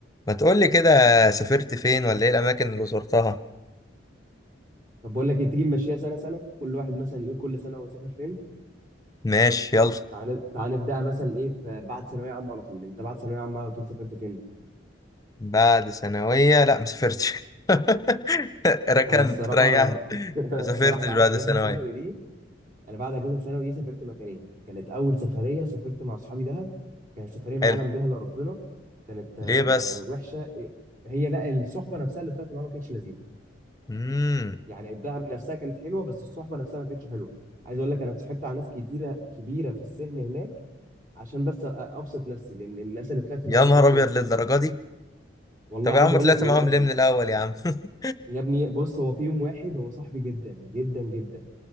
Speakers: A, on the left; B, on the right.
A: ما تقولي كده سافرت فين ولا ايه الاماكن اللي زرتها
B: طب بقول لك إيه، تيجي نمشيها سنه سنه كل واحد مثلا يقول كل سنه هو سافر فين
A: ماشي يلا
B: تعال تعال نبداها مثلا ايه في بعد ثانويه عامه على طول انت بعد ثانويه عامه على طول سافرت فين
A: بعد ثانوية لا ما سافرتش <laughs> ركنت
B: انا الصراحه
A: ريحت
B: <laughs> أنا
A: ما سافرتش
B: الصراحه بعد
A: بعد
B: اجازه
A: ثانوية
B: ثانوي دي انا بعد اجازه ثانوي دي سافرت مكانين كانت اول سفريه سافرت مع اصحابي دهب كانت سفريه ما
A: حلو
B: يعلم بها الا ربنا كانت آه،
A: ليه بس
B: وحشه هي لا الصحبه نفسها اللي طلعت معاها ما كانتش لذيذه
A: امم
B: يعني الدهب نفسها كانت حلوه بس الصحبه نفسها ما كانتش حلوه عايز اقول لك انا اتصاحبت على ناس كتيره كبيره في السن هناك عشان بس أ- ابسط نفسي لان الناس اللي طلعت
A: يا
B: معاه ما
A: نهار
B: كانتش
A: ابيض
B: لذيذه
A: للدرجة
B: خالص
A: دي
B: والله
A: طب
B: عايز
A: يا عم
B: اقول
A: طلعت
B: لك والله
A: معاهم
B: يعني
A: ليه من الاول يا عم <laughs>
B: يا ابني بص هو في يوم واحد هو صاحبي جدا جدا جدا